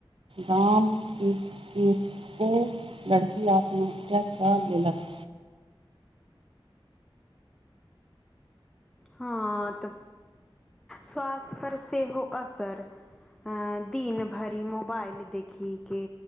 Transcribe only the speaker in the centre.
हँ तऽ स्वास्थ पर सेहो असर हाॅं दिनभरि मोबाइल देखिक के